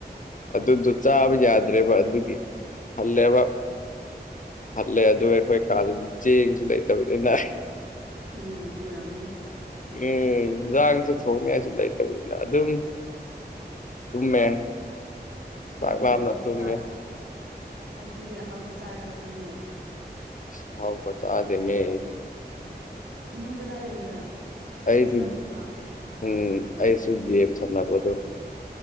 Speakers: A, on the left; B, on the right.
A: ꯑꯗꯨꯗꯨ ꯆꯥꯕ ꯌꯥꯗ꯭ꯔꯦꯕ ꯑꯗꯨꯒꯤ ꯍꯜꯂꯦꯕ ꯍꯜꯂꯦ ꯑꯗꯨ ꯑꯩꯈꯣꯏ ꯀꯥꯗ ꯆꯦꯡꯁꯨ ꯂꯩꯇꯕꯅꯤꯅ
B: ꯎꯝ ꯎꯔꯝꯅꯤ
A: ꯎꯝ ꯖꯥꯡꯁꯨ ꯊꯣꯡꯅꯤꯡꯉꯥꯏꯁꯨ ꯂꯩꯇꯕꯅꯤꯅ ꯑꯗꯨꯝ ꯇꯨꯝꯃꯦ
B: ꯑꯗꯨꯒꯤ
A: ꯆꯥꯛ ꯂꯥꯝꯅ
B: ꯑꯍꯥꯎꯕ
A: ꯇꯨꯝꯃꯦ
B: ꯆꯥ ꯑꯗꯨꯒꯤ ꯑꯍꯥꯎꯕ ꯆꯥꯔꯒ ꯇꯨꯝꯃꯦ
A: ꯑꯍꯥꯎꯕ ꯆꯥꯗꯦꯃꯤ
B: ꯅꯣꯏ ꯀꯗꯥꯏ ꯂꯩꯒꯦ
A: ꯑꯩꯁꯨ
B: ꯍꯣꯁꯇꯦꯜ ꯂꯩꯕ꯭ꯔꯣ
A: ꯎꯝ ꯑꯩꯁꯨ ꯒꯦꯝ ꯁꯥꯟꯅꯕꯗꯣ